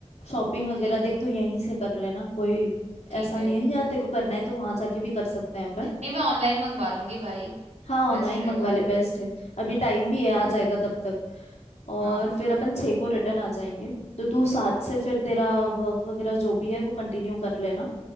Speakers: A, on the left (about 80°); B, on the right (about 80°).
A: शॉपिंग वगैरह
B: ठीक
A: देख
B: है
A: तू यहीं से कर लेना कोई
B: ठीक
A: ऐसा
B: है
A: नहीं है या तेरे को करना है तो वहां जाके भी कर सकते हैं अपन
B: नहीं मैं ऑनलाइन मंगवा लूंगी भाई
A: हाँ
B: बेस्ट
A: ऑनलाइन
B: रहेगा
A: मंगवा ले बेस्ट है अभी टाइम भी है आ
B: हम्म
A: जाएगा तब तक और
B: हाँ
A: फिर अपन छः को रिटर्न आ जाएंगे तो तू सात से फिर तेरा वर्क वगैरह जो भी है वो कंटिन्यू कर लेना